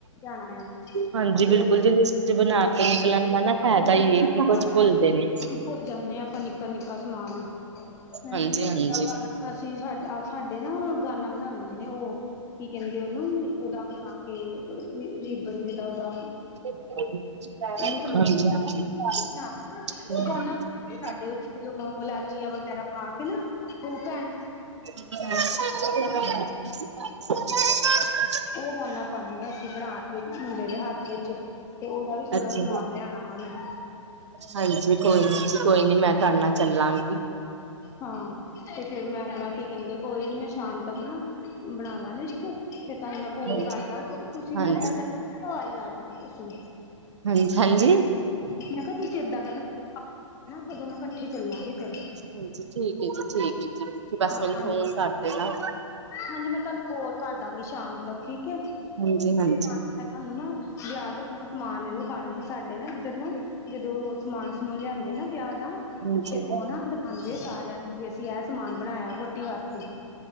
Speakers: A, on the left; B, on the right.
A: ਜਾਣਾ ਯਾ,
B: ਹਾਂਜੀ
A: ਤੇ
B: ਬਿਲਕੁਲ
A: ਓਹ
B: ਜੀ ਲਿਸਟ ਬਣਾ ਕੇ ਨਿਕਲਣ ਦਾ ਨਾ ਫਾਇਦਾ
A: ਨਿੱਕਾ-ਨਿੱਕਾ
B: ਈ ਏ ਕਿ
A: ਸਮਾਨ
B: ਕੁਛ
A: ਨਾ,
B: ਭੁੱਲਦੇ ਨੀ,
A: ਭੁ ਜਾਂਨੇ ਆਂ, ਆਪਾਂ ਨਿੱਕਾ-ਨਿੱਕਾ ਸਮਾਨ। ਹੈਂ
B: ਹਾਂਜੀ-ਹਾਂਜੀ।
A: ਜਿਦਾਂ ਕੱਨ ਅਸੀਂ ਸਾ ਸਾਡੇ ਨਾ, ਓਹ ਗ੍ਹਾਨਾ ਬਣਾਉਂਦੇ ਨੇ ਉਹ। ਕੀ, ਕਹਿੰਦੇ ਉਹਨੂੰ? ਉਹਦਾ ਬਣਾਕੇ ਰਿਬਨ ਜੇ ਦਾ ਉਹਦਾ
B: ਹਾਂਜੀ-ਹਾਂਜੀ,
A: ਉਹਨੂੰ ਪਤਾ
B: <unintelligible>
A: ਉਹ ਗਾਨਾ ਸਾਡੇ ਓਥੇ ਲੋਂਗ, ਇਲਾਇਚੀਆਂ ਵਗੈਰਾ ਪਾਕੇ ਨਾ, ਉਹ ਭੈਣ
B: ਹਾਂ
A: ਉਹ ਗੌਨਾ ਪਾਂਨੇ ਆਂ, ਅਸੀਂ ਬਣਾਕੇ ਮੁੰਡੇ ਦੇ ਹੱਥ ਵਿੱਚ। ਤੇ, ਉਹਦਾ ਵੀ ਥੋੜਾ
B: ਅੱਛਾ,
A: ਸਮਾਨ ਲਿਆਣਾ ਵਾ 'ਮੈਂ'।
B: ਹਾਂਜੀ। ਕੋਈ ਨੀ ਜੀ, ਕੋਈ ਨੀ, ਮੈਂ, ਤੁਹਾਡੇ ਨਾਲ ਚੱਲਾਂਗੀ।
A: ਹਾਂ, ਤੇ ਫਿਰ ਮੈਂ, ਆਪਣਾ ਕੀ ਕਹਿੰਦੇ, ਕੋਈ ਨੀ ਮੈਂ ਸ਼ਾਮ ਤੱਕ ਨਾ ਬਣਾਲਾ ਲਿਸਟ ਫਿਰ ਤੁਹਾਨੂੰ ਮੈਂ ਕੋਲ
B: ਹਾਂਜੀ।
A: ਕਰਦਾਂਗੀ, ਤੁਸੀਂ
B: ਹਾਂਜੀ
A: ਨਾ ਏਦਾਂ ਕਰਿਓ ਘਰ ਹੀ, ਆ ਜਾਣਾ ਤੁਸੀ।
B: ਹਾਂਜੀ ਹਾਂਜੀ!
A: ''ਮੈਂ ਕਿਹਾ ਤੁਸੀਂ ਇੱਦਾਂ ਕਰਨਾ, ਆਪਾਂ ਦੋਨੋਂ ਇਕੱਠੇ ਚੱਲਾਂਗੇ। ਫੇਰ
B: ਹਾਂਜੀ, ਠੀਕ ਹੈ ਜੀ, ਠੀਕ ਹੈ ਜੀ। ਤੁਸੀ ਬਸ
A: ਹਾਂ
B: ਮੈਨੂੰ
A: ਹਾਂਜੀ
B: ਫੋਨ ਕਰਦੇਨਾ।
A: ਹਾਂਜੀ, ਮੈਂ ਤੁਹਾਨੂੰ ਕੋਲ ਕਰਦਾਂਗੀ ਸ਼ਾਮ ਤੱਕ। ਠੀਕ ਏ।
B: ਹਾਂਜੀ ਹਾਂਜੀ
A: ਦੇ ਨਾਲ, ਮੈਂ ਤੁਹਾਨੂੰ ਨਾ, ਵਿਆਹ ਦਾ ਮੈਂ, ਸਮਾਨ ਵੀ ਵਖਾਣਾ ਸੀ, ਸਾਡੇ ਨਾ, ਇੱਧਰ ਨਾ, ਜਦੋ ਸਮਾਨ-ਸਮੂਨ ਲਿਆਂਦੇ ਨਾ ਵਿਆਹ ਦਾ,
B: ਹਾਂਜੀ
A: ਤੇ
B: ਠੀਕ
A: ਉਹ ਨਾ ਦਿਖਾਉਂਦੇ ਸਾਰਿਆਂ ਨੂੰ ਵੀ ਅਸੀਂ ਅਸੀ ਐ ਸਮਾਨ ਬਣਾਇਆ। ਵੋ ਟੀ ਵਾਸਤੇ,